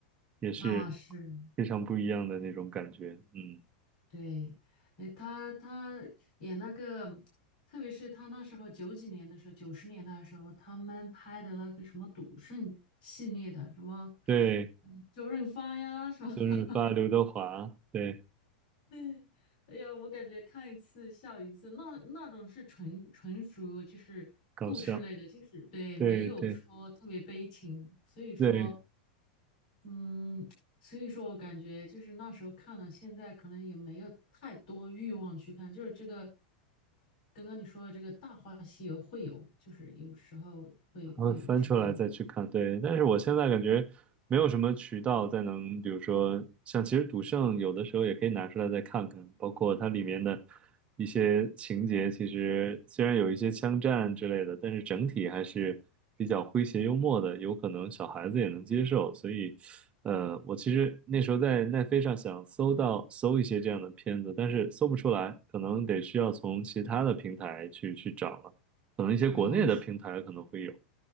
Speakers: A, on the right; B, on the left.
A: 也是
B: 啊是，
A: 非常不一样的那种感觉。嗯，
B: 对，哎，他他演那个，特别是他那时候九几年的时候，九十年代的时候，他们拍的那个什么赌圣系列的，什么，
A: 对，
B: 嗯，周润发呀，什么 <laughs>。
A: 周润发、刘德华，对，
B: <laughs> 哎呀，我感觉看一次笑一次，那那种是纯纯属就是故事类的，
A: 搞笑，
B: 就是对，
A: 对对
B: 没有说特别悲情，所以说，
A: 对
B: 嗯，所以说我感觉就是那时候看了，现在可能也没有太多欲望去看，就是这个刚刚你说的这个《大话西游》会有，就是有时候会会有去看
A: 会翻出来再去看，对。但是我现在感觉没有什么渠道再能，比如说像其实《赌圣》有的时候也可以拿出来再看看，包括它里面的一些情节，其实虽然有一些枪战之类的，但是整体还是比较诙谐幽默的，有可能小孩子也能接受。所以，呃，我其实那时候在奈飞上想搜到搜一些这样的片子，但是搜不出来，可能得需要从其他的平台去去找了，可能一些国内的平台可能会有。
B: 啊，